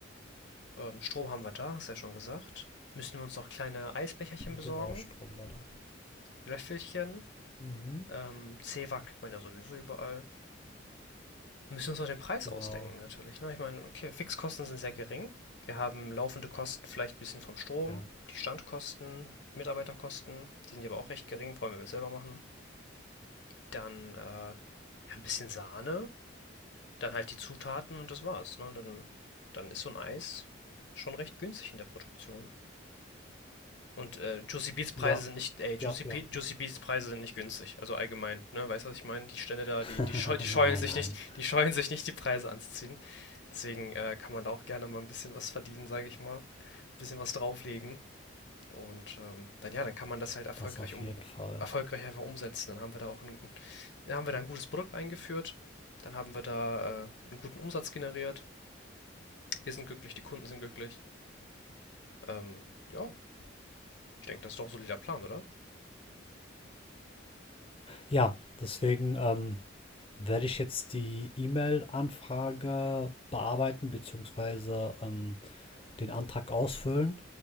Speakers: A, on the left (about 60°); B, on the left (about 30°).
A: Ähm, Strom haben wir da, hast du ja schon gesagt. Müssten wir uns noch kleine Eisbecherchen besorgen,
B: Genau, Stromwetter.
A: Löffelchen.
B: Mhm,
A: Ähm, Zewa kriegt man ja sowieso überall. müssen wir müssen uns noch den Preis
B: genau.
A: ausdenken, natürlich. Ne? Ich meine, okay, Fixkosten sind sehr gering. Wir haben laufende Kosten vielleicht ein bisschen vom Strom,
B: Ja.
A: die Standkosten, Mitarbeiterkosten, die sind ja aber auch recht gering, vor allem wenn wir es selber machen. Dann äh, ja, ein bisschen Sahne, dann halt die Zutaten und das war's. Ne? dann, dann ist so ein Eis schon recht günstig in der Produktion. Und äh, Juicy Beats Preise
B: Ja,
A: sind nicht, ey, Juicy,
B: ja,
A: Pe-
B: ja.
A: Juicy Beats Preise sind nicht günstig. Also allgemein, ne, weißt du, was ich meine? Die Stände da,
B: <laughs>
A: die, die, scheu, die
B: Nein,
A: scheuen sich
B: nein.
A: nicht, die scheuen sich nicht, die Preise anzuziehen. Deswegen äh, kann man da auch gerne mal ein bisschen was verdienen, sage ich mal, ein bisschen was drauflegen. Und ähm, dann ja, dann kann man das halt erfolgreich
B: Das auf
A: um
B: jeden Fall.
A: erfolgreich einfach umsetzen. Dann haben wir da auch ein, dann haben wir da ein gutes Produkt eingeführt, dann haben wir da äh, einen guten Umsatz generiert. Wir sind glücklich, die Kunden sind glücklich. Ähm, ja, ich denke, das ist doch ein solider Plan, oder?
B: Ja, deswegen ähm, werde ich jetzt die E-Mail-Anfrage bearbeiten, beziehungsweise ähm, den Antrag ausfüllen,